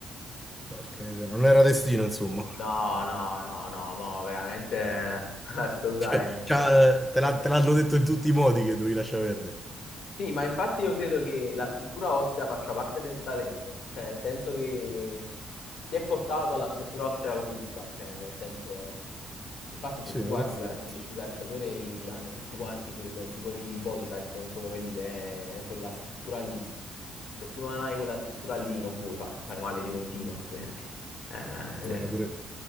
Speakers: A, in the centre; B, on the left.
A: Porca miseria, Non era destino, insomma.
B: No, no, no, no, ma veramente <laughs> assolutamente.
A: <laughs> Cioè, te l'ha- te l'hanno detto in tutti i modi che dovevi lasciare verde.
B: Sì, ma infatti io credo che la struttura ossea faccia parte del talento, cioè nel senso che ti è portato alla struttura ossea giusta, cioè nel senso, infatti
A: Sì,
B: se tu
A: in
B: guardi
A: effetti.
B: i, cal- i- i calciatori hanno tutti quanti quel tipo di body type, non so come dire, eh, quella struttura lì. Se tu non hai quella struttura lì non puoi, fa- ti fai male di continuo altrimenti. Eh,
A: Eh,
B: ed è-
A: pure...